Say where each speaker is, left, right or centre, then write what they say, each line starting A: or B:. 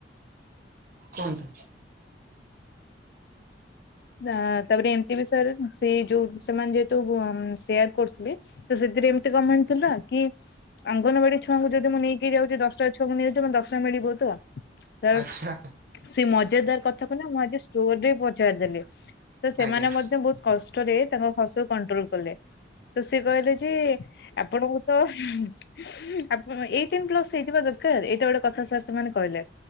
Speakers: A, on the right; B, on the left.
A: କୁହନ୍ତୁ।
B: ତା ତାପରେ ଏମିତି ବି ସାର୍ ସେ ଯୋଉ ସେମାନେ ଯେହେତୁ ସେୟାର କରୁଥିଲେ। ତ ସେଥିରେ ଏମିତି <unintelligible> ଥିଲା? କି ଅଙ୍ଗନବାଡି ଛୁଆଙ୍କୁ ଯଦି ମୁଁ ନେଇକି ଯାଉଛି ଦଶଟା ଛୁଆଙ୍କୁ <unintelligible> ଦଶଟା
A: ଆଚ୍ଛା
B: <unintelligible> <unintelligible> ସେ ମଜାଦାର କଥା କୁ ନା ମୁଁ ଆଜି ଷ୍ଟୋର ରେ ପଚାରିଦେଲି। ତ ସେମାନେ
A: ଆଜ୍ଞା
B: ମଧ୍ୟ ବହୁତ କଷ୍ଟରେ ତାଙ୍କ ହସକୁ କଣ୍ଟ୍ରୋଲ କଲେ। ତ ସେ କହିଲେ ଯେ ଆପଣଙ୍କୁ ତ ଆ ଏଇଟିନ୍ ପ୍ଲସ ହେଇଥିବା ଦରକାର ଏଇଟା ଗୋଟେ କଥା ସାର୍ ସେମାନେ କହିଲେ।